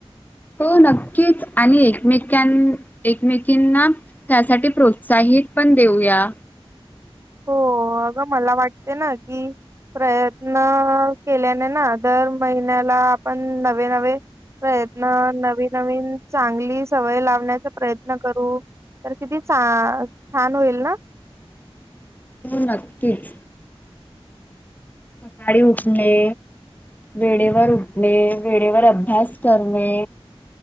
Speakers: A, on the left (about 15°); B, on the right (about 25°).
A: हो नक्कीच आणि एकमेकां एकमेकीना त्यासाठी प्रोत्साहित, पण देऊया.
B: हो अगं मला वाटते ना की, प्रयत्न केल्याने ना दर महिन्याला आपण नवे नवे प्रयत्न नवीन नवीन चांगली सवय लावण्याचा प्रयत्न करू तर किती छान होईल ना.
A: त नक्कीच. सकाळी उठणे. वेळेवर उठणे वेळेवर अभ्यास करणे.